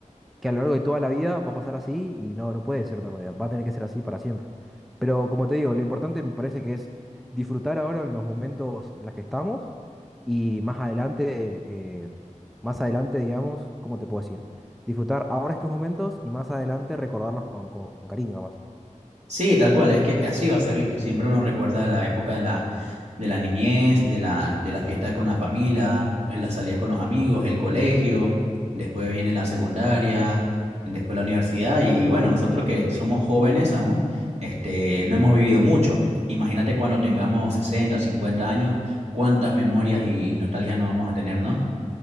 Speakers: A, in the centre; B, on the right.
A: que a lo largo de toda la vida va a pasar así y no, no puede ser de otra manera, va a tener que ser así para siempre. Pero como te digo, lo importante me parece que es disfrutar ahora en los momentos en los que estamos y más adelante, eh, más adelante, digamos, ¿cómo te puedo decir? Disfrutar ahora estos momentos y más adelante recordarlos con, con- con cariño, capaz.
B: Sí, tal cual, es que así va a ser, viste. Siempre uno recuerda la época de la, de la niñez, de la, de las fiestas con la familia, eh, la salida con los amigos, el colegio, después viene la secundaria, después la universidad. Y bueno, nosotros que somos jóvenes aún, este, no hemos vivido mucho. Imagínate cuando tengamos 60, 50 años, cuántas memorias y, y nostalgia no vamos a tener, ¿no?